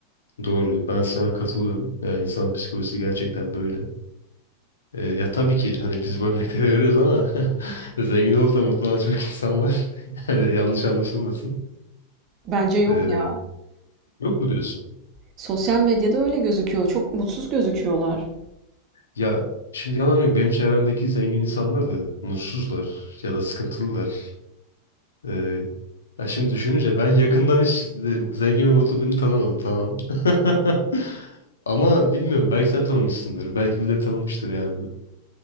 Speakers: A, on the left (about 70°); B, on the right (about 35°).
A: Doğru. Ben sana katılıyorum. Yani insan psikolojisi gerçekten böyle. E, ya tabii ki hani biz bu örnekleri veriyoruz ama <laughs> zengin olup da mutlu olan çok insan var. <laughs> Yani yanlış anlaşılmasın.
B: Bence yok
A: E,
B: ya.
A: yok mu diyorsun?
B: Sosyal medyada öyle gözüküyor. Çok mutsuz gözüküyorlar.
A: Ya şimdi yalan yok. Benim çevremdeki zengin insanlar da mutsuzlar ya da sıkıntılılar. Ee, ya şimdi düşününce ben yakından hiç zengin ve mutlu birini tanımadım tamam. <laughs> Ama bilmiyorum belki sen tanımışsındır. Belki birileri tanımıştır yani.